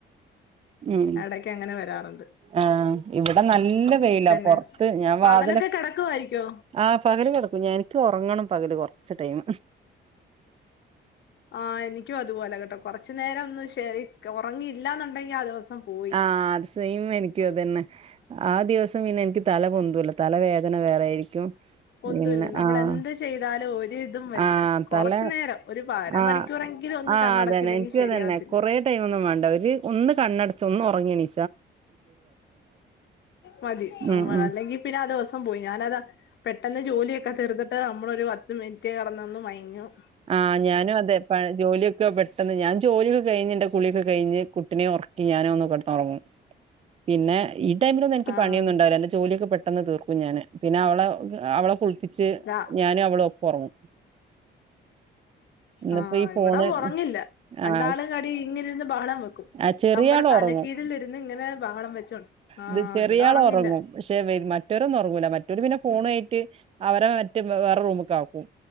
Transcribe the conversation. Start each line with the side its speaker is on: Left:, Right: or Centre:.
Right: ഉം
Left: ഇടയ്ക്ക് അങ്ങനെ വരാറുണ്ട്
Right: ആഹ് ഇവിടെ നല്ല വെയിലാ
Left: പിന്നെ
Right: പൊറത്ത് ഞാൻ
Left: പകലൊക്കെ
Right: വാതില്.
Left: കിടക്കുമായിരിക്കോ
Right: ആഹ് പകല് കിടക്കും ഞ എനിക്ക് ഉറങ്ങണം പകല് കൊറച്ച് ടൈം.
Left: ആഹ് എനിക്കും അതുപോലെ കേട്ടോ കൊറച്ചു നേരം ഒന്ന് ശരി. ഉറങ്ങിയില്ലന്നുണ്ടെങ്കിൽ അത് ദിവസം. പോയി
Right: ആഹ് സെയിം എനിക്കും അതെന്നെ. ആ ദിവസം പിന്നെ എനിക്ക് തല പൊന്തൂല്ല. തലവേദന വേറെയിരിക്കും,
Left: ഒന്നുമില്ല
Right: പിന്നെ
Left: നമ്മൾ
Right: ആഹ്
Left: എന്ത് ചെയ്താലും ഒരു ഇതും വരില്ല
Right: ആഹ്
Left: കുറച്ചു
Right: തല
Left: നേരം ഒരു അരമണിക്കൂറെങ്കിലും
Right: ആഹ്
Left: ഒന്ന്
Right: ആഹ്
Left: കണ്ണടച്ചില്ലെങ്കിൽ
Right: അതെന്നെ എനിക്കും
Left: ശരിയാവത്തില്ല
Right: അതെന്നെ കൊറെ ടൈം ഒന്നും വേണ്ട ഒരു. ഒന്ന് കണ്ണെട ഒന്ന് ഉറങ്ങിയെണീ
Left: മതി നമ്മൾ
Right: ഉം ഉം
Left: അല്ലെങ്കിൽ പിന്നെ ആ ദദിവസം പോയി ഞാനതാ പെട്ടെന്ന് ജോലിയൊക്കെ തീർത്തിട്ട് നമ്മൾ ഒരു പത്ത് മിനിറ്റ് കിടന്നൊന്ന് മയങ്ങും.
Right: ആഹ് ഞാനും അതെ പ ജോലിയൊക്കെ പെട്ടെന്ന് ഞാൻ ജോലിയൊക്കെ കഴിഞ്ഞിന്റെ കുളിയൊക്കെ കഴിഞ്ഞു കുട്ടിനെ ഉറക്കി ഞാനും ഒന്ന് കിടന്നു ഉറങ്ങും പിന്നെ ഈ ടൈമില് ഒന്നും എനിക്ക്
Left: ആഹ്
Right: പണിയൊന്നും ഉണ്ടാവില്ല എന്റെ ജോലി ഒക്കെ പെ ട്ടെന്ന് തീർക്കും ഞാന് പിന്നെ അവളെ അവളെ കുളിപ്പിച്ച്
Left: ഇതാ
Right: ഞാനും അവളും ഒപ്പം ഉറങ്ങും.
Left: ആഹ്
Right: ഇപ്പോ ഈ ഫോണ്
Left: ഇവിടെ ഉറങ്ങില്ല രണ്ടാളും
Right: ആഹ്
Left: കടി ഇങ്ങനെ ഇരുന്ന് ബഹളം വെക്കും
Right: ആ ചെറിയാൾ
Left: നമ്മുടെ തലക്കീഴിലിരുന്ന്
Right: ഉറങ്ങും
Left: ഇങ്ങനെ ബഹളം വെച്ചോണ്ട് ആഹ്
Right: ഇത് ചെറിയ
Left: ഇവിടെ
Right: ആൾ
Left: ഉറങ്ങില്ല
Right: ഉറങ്ങും പക്ഷേ മറ്റേരൊന്നും ഉറങ്ങൂല മറ്റേര് പിന്നെ ഫോണായിട്ട് അവരെ മറ്റേ വേറെ റൂമുക്ക്‌ ആക്കും